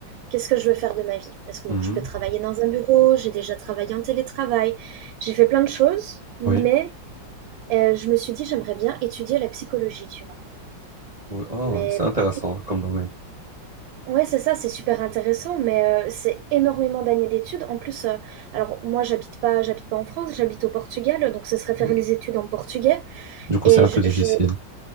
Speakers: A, on the right; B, on the right.
A: Qu'est-ce que je veux faire de ma vie? Parce que
B: Mhm.
A: bon, je peux travailler dans un bureau, j'ai déjà travaillé en télétravail, j'ai fait plein de choses, mais
B: Oui.
A: heu, je me suis dit: «J'aimerais bien étudier la psychologie», tu vois?
B: Oui. Ah,
A: Mais
B: c'est intéressant
A: pareil
B: comme domaine.
A: ouais, c'est ça, c'est super intéressant, mais heu, c'est énormément d'années d'études. En plus, heu, alors moi, j'habite pas j'habite pas en France, j'habite au Portugal, donc ce serait faire
B: Mm.
A: les études en portugais
B: Du coup,
A: et
B: c'est un
A: je
B: peu difficile.
A: je